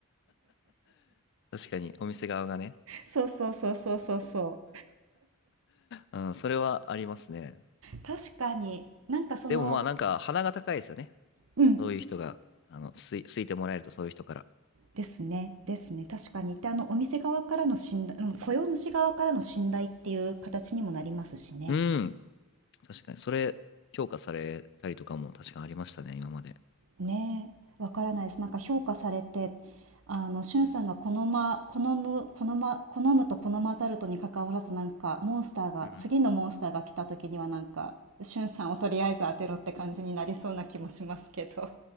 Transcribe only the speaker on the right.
そうそうそうそうそうそう。
確かに、なんかその、
うん、
ですね、ですね、確かに。で、あの、お店側からの信頼、うん雇用主側からの信頼っていう形にもなりますしね。
ねえ、わからないです。なんか評価されて、あの、しゅんさんが好ま、好む、好ま、好むと好まざるとに関わらず、なんか、モンスターが、
次のモンスターが来た時には、なんか、しゅんさんをとりあえず当てろって感じになりそうな気もしますけど。